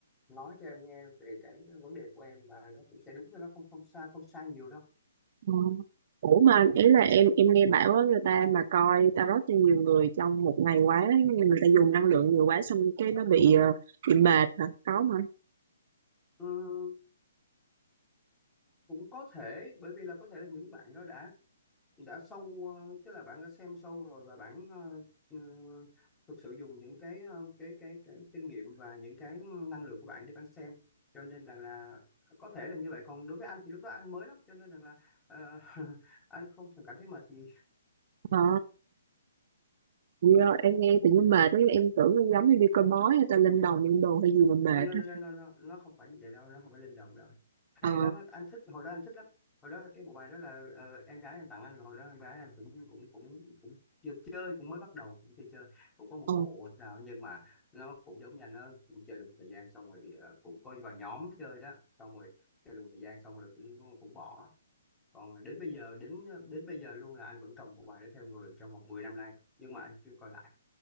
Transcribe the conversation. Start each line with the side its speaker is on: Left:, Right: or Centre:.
Left: nói cho em nghe về cái vấn đề của em và nó cũng sẽ đúng cho nó không không sai không sai nhiều đâu
Right: Ờ. ủa mà ý là em em nghe bảo á người ta mà coi tarot cho nhiều người trong một ngày quá người ta dùng năng lượng nhiều quá xong cái nó bị ờ, bị mệt hả có mà
Left: Ừm, cũng có thể bởi vì là có thể là những bạn đó đã đã sâu ờ, tức là bạn đã xem sâu rồi và bạn ờ, ừ, thực sự dùng những cái ờ, cái cái cái kinh nghiệm và những cái năng lực của bạn để bạn xem cho nên rằng là, có thể là như vậy còn đối với anh thì lúc đó anh mới lắm cho nên rằng là ờ, <laughs> anh không cảm thấy mệt gì
Right: Ờ. Do em nghe tự nhiên mệt ấy, em tưởng em giống như đi coi bói hay ta lên đồng lên đồ hay gì mà mệt
Left: nó nó
Right: á.
Left: nó nó nó nó không phải như vậy đâu nó không phải linh động đâu hay
Right: Ờ,
Left: lắm á, anh thích hồi đó anh thích lắm hồi đó cái bộ bài đó là ờ, em gái anh tặng anh hồi đó em gái anh cũng cũng cũng cũng chưa chơi cũng mới bắt đầu cũng chưa chơi cũng có một
Right: ờ.
Left: bộ hay sao nhưng mà nó cũng giống như anh nó cũng chơi được một thời gian xong rồi ờ, cũng có vào nhóm chơi đó xong rồi chơi được một thời gian xong rồi cũng cũng bỏ còn đến bây giờ đến đến bây giờ luôn là anh vẫn cầm bộ bài đó theo người trong vòng 10 năm nay nhưng mà anh chưa coi lại